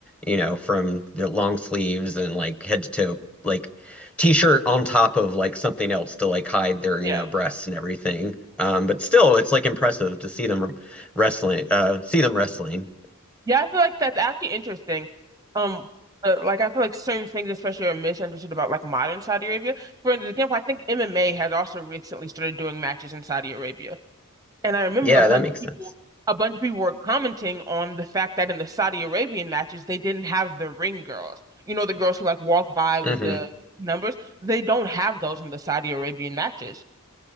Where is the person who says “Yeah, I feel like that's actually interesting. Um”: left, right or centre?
Right